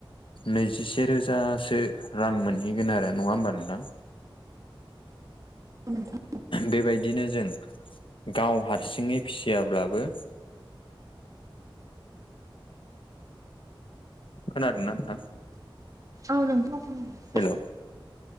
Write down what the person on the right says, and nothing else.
औ नोंथां।
औ नोंथां औ।